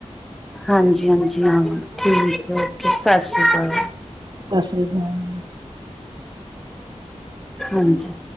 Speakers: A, in the centre; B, on the right.
A: ਹਾਂਜੀ-ਹਾਂਜੀ ਹਾਂ ਠੀਕ ਐ ਓਕੇ ਸਸ ਰੀ ਕਾਲ।
B: ਸਸ ਰੀ ਕਾਲ।
A: ਹਾਂਜੀ।